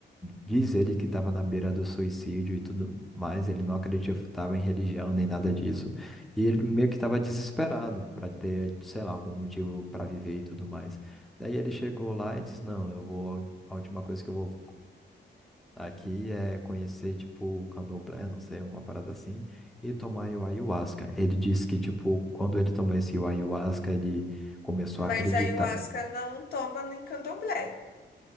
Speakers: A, in the centre; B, on the left.
A: Diz ele que tava na beira do suicídio e tudo mais. Ele não acreditava em religião nem nada disso. E ele meio que tava desesperado para ter, sei lá, algum motivo para viver e tudo mais. Daí ele chegou lá e disse: Não, eu vou. A última coisa que eu vou Aqui é conhecer, tipo, o candomblé, não sei, uma parada assim, e tomar o ayahuasca. Ele disse que, tipo, quando ele tomou esse ayahuasca, ele começou
B: Mas
A: a acreditar.
B: a ayahuasca não toma nem candomblé.